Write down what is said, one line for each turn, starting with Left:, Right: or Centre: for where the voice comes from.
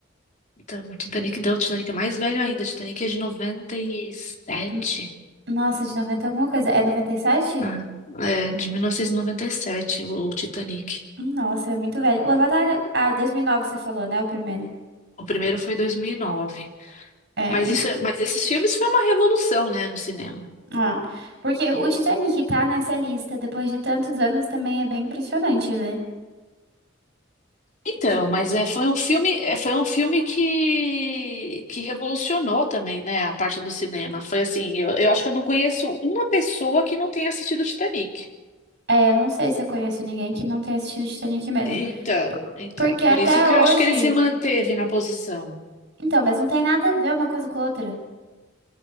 Left: Então, o Titanic deu, o Titanic é mais velho ainda. O Titanic é de 97.
Right: N- Nossa, de 90 alguma coisa. É 97?
Left: Ah, é, de mil novecentos e e noventa e sete. o Titanic.
Right: Nossa, é muito velho. O Avatar, ah, 2009 você falou, né? O primeiro.
Left: O primeiro foi 2009.
Right: É,
Left: Mas
Right: ent-
Left: isso, é- mas esses filmes foi uma revolução, né, no cinema.
Right: ah, porque o Titanic tá nessa lista depois de tantos anos também é bem impressionante, né?
Left: Então,
Right: De-
Left: mas é, foi um filme, é, foi um filme que, que revolucionou também, né, a parte do cinema. Foi assim, eu, eu acho que eu não conheço uma pessoa que não tenha assistido Titanic.
Right: É, eu não sei se eu conheço ninguém que não tenha assistido Titanic mesmo.
Left: Então, então,
Right: Porque
Left: por
Right: até
Left: isso que
Right: hoje.
Left: eu acho que ele se manteve na posição.
Right: Então, mas não tem nada a ver uma coisa com a outra.